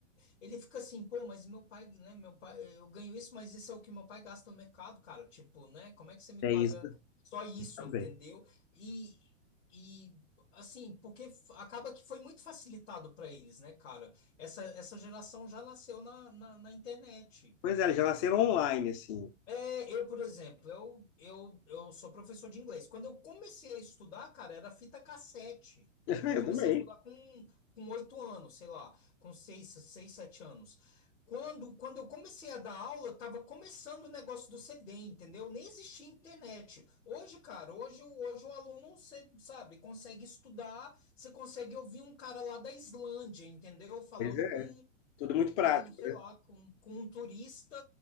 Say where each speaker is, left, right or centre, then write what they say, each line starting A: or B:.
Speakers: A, on the left; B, on the left.
A: ele fica assim, pô, mas meu pai, né? Meu pai, eu ganho isso, mas isso é o que meu pai gasta no mercado, cara. Tipo, né? Como é que você me
B: é
A: paga?
B: isso
A: Só isso,
B: também.
A: entendeu? E, e assim, porque f- acaba que foi muito facilitado para eles, né, cara? Essa, essa geração já nasceu na, na, na internet.
B: Pois é, eles já nasceram online, assim.
A: É, eu, por exemplo, eu, eu, eu sou professor de inglês. Quando eu comecei a estudar, cara, era fita cassete.
B: <laughs>
A: Que eu
B: Eu
A: comecei
B: também.
A: a estudar com com oito anos, sei lá, com seis, seis, sete anos. Quando, quando eu comecei a dar aula, tava começando o negócio do CD, entendeu? Nem existia internet. Hoje, cara, hoje, o- hoje o aluno, você sabe, consegue estudar, você consegue ouvir um cara lá da Islândia, entendeu? Falando
B: Pois é,
A: com
B: tudo muito prático.
A: com, sei lá, com, com um turista